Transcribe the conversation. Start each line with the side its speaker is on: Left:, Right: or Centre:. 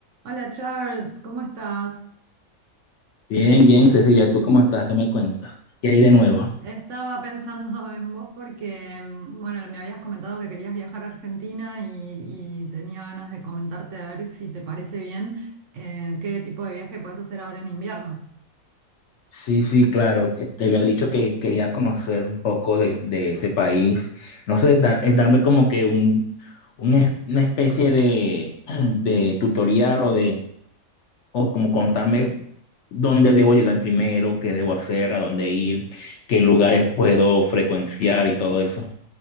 Right: Hola Charles, ¿cómo estás?
Left: Bien, bien, Cecilia, ¿tú cómo estás? ¿Qué me cuentas? ¿Qué hay de nuevo?
Right: Estaba pensando <laughs> en vos porque, mm, bueno, me habías comentado que querías viajar a Argentina y, y tenía ganas de comentarte a ver si te parece bien eh, qué tipo de viaje puedes hacer ahora en invierno.
Left: Sí, sí, claro, te, te había dicho que quería conocer un poco de, de ese país. No sé, dar- es darme como que un, un es- una especie de, <clears throat> de tutorial o de, o como contarme dónde debo llegar primero, qué debo hacer, a dónde ir, qué lugares puedo frecuenciar y todo eso.